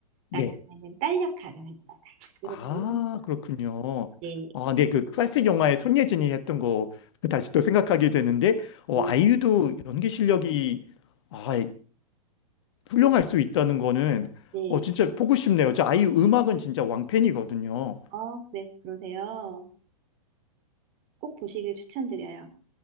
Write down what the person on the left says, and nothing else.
네.
아,
그렇군요.
아, 네, 그 클래식 영화에 손예진이 했던 거 그 다시 또 생각하게 되는데, 어,
아이유도 연기 실력이 아, 훌륭할 수 있다는 거는
어, 진짜 보고 싶네요. 저 아이유 음악은 진짜 왕팬이거든요.